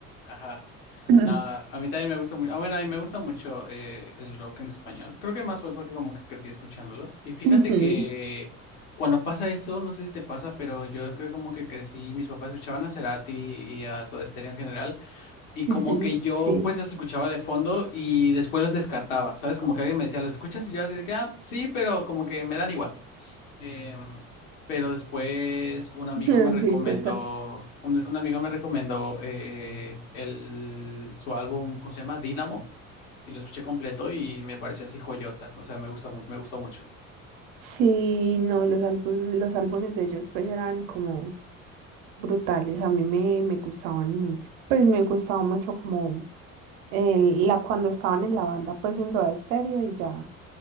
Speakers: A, on the left; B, on the right.
A: ajá.
B: <laughs>
A: No, a mí también me gusta mucho. Ah, bueno, a mí me gusta mucho eh, el rock en español. Creo que más fue porque como que crecí escuchándolos. Y fíjate
B: Ujú,
A: que cuando pasa eso, no sé si te pasa, pero yo creo como que crecí, mis papás escuchaban a Cerati y a Soda Stereo en general. Y como
B: ujú,
A: que yo
B: Sí,
A: pues los escuchaba de fondo y después los descartaba, ¿sabes? Como que alguien me decía, ¿los escuchas? Y yo así de que, ah, sí, pero como que me dan igual. Eh, pero después un amigo
B: <laughs>
A: me recomendó,
B: sí, total.
A: un, un amigo me recomendó eh, el, su álbum, ¿cómo se llama? Dynamo, y lo escuché completo y me pareció así joyota, o sea, me gusta mucho, me gustó mucho.
B: Sí, no, los álbum- los álbumes de ellos pues eran como brutales, a mí me, me gustaban mucho, pues me gustaba mucho como el- la, cuando estaban en la banda pues en Soda Stereo y ya